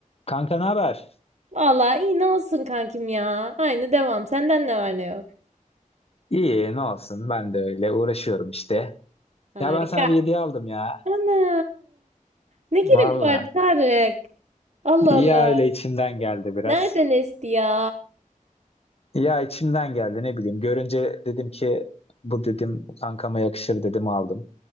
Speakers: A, on the left; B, on the right.
A: Kanka ne haber?
B: Vallahi iyi ne olsun kankim ya. Aynı devam. Senden ne var ne yok.
A: İyi ne olsun ben de öyle uğraşıyorum işte.
B: Harika.
A: Ya ben sana bir hediye aldım ya.
B: Ana. Ne gerek
A: Valla.
B: vardı Tarık? Allah
A: Ya
B: Allah.
A: öyle içimden geldi biraz.
B: Nereden esti ya?
A: Ya içimden geldi ne bileyim. Görünce dedim ki bu dedim kankama yakışır dedim aldım.